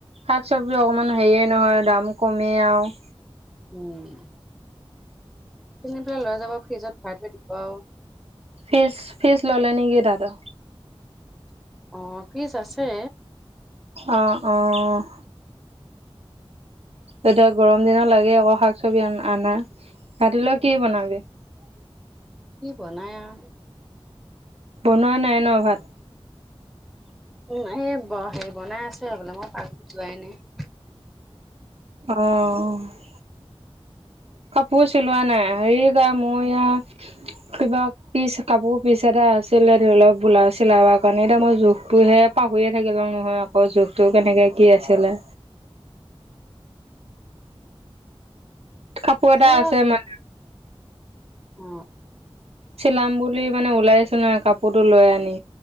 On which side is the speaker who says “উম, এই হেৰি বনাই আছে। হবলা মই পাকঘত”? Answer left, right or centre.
Centre